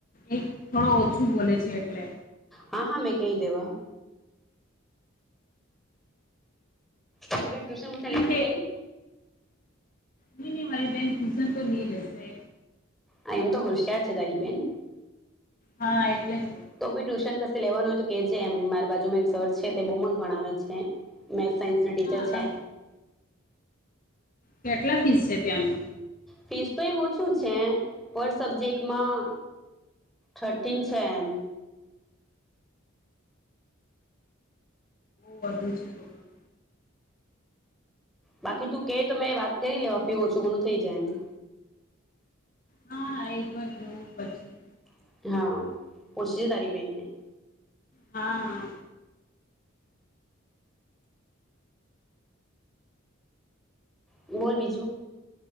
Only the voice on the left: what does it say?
એક થોડો ઓછું બોલે છે એટલે
સ્કૂલ
નહી ન મારી બહેન ટૂશન તો નહી લેશે
હા એટલે જ
હા
કેટલા ફીસ છે ત્યાંનું
બ વધુ છે તો પણ
હાા એક વાર જોવું પછી
હા હા